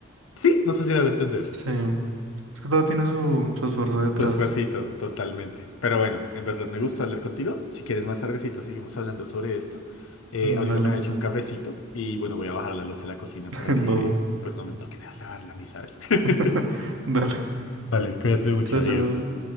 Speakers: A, on the left; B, on the right.
A: sí, no sé si me va a entender.
B: Sí, es que todo tiene su, su esfuerzo detrás.
A: Tu esfuercito, totalmente. Pero bueno, en verdad me gustó hablar contigo. Si quieres más tardecito seguimos hablando sobre esto. Eh,
B: Mm,
A: ahorita
B: Dale,
A: me he hecho un cafecito y bueno, voy a bajar la loza a la cocina
B: <laughs>
A: para que
B: babo.
A: pues no me toque nada lavarla a mí, ¿sabes? <laughs>
B: <laughs> Dale,
A: Vale, cuídate mucho,
B: chao,
A: adiós.
B: chao.